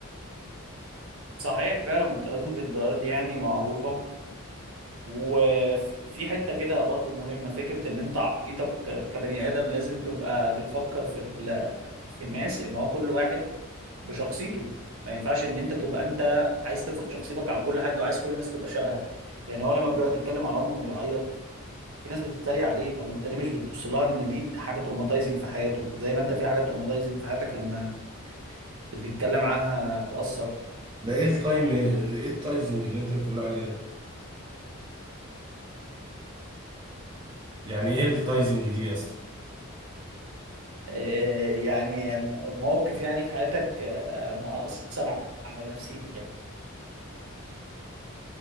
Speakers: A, on the right (about 70°); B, on the right (about 20°).
A: صحيح فعلا متلازمة الجارد يعني معروفة وفي حتة كده برضو مهمة فكرة ان انت عقليتك ك- كبني ادم لازم تبقى بتفكر في ال... في الناس ان هو كل واحد بشخصيته ما ينفعش ان انت تبقى انت عايز تفرض شخصيتك على كل حد وعايز كل الناس تبقى شبهك يعني هو لما بيقعد يتكلم على امه ويعيط في ناس بتتريق عليه طب انت ليه مش بتبص لها ان دي حاجه تروماتايزنج في حياته زي ما انت في حاجات تروماتايزنج في حياتك لما بتتكلم عنها تاثر
B: ده ايه التايم ايه التايزنج اللي انت بتقول عليه ده يعني ايه التايزنج دي يا اسطى
A: إيه يعني موقف يعني في حياتك آه، مؤثر على نفسيتك يعني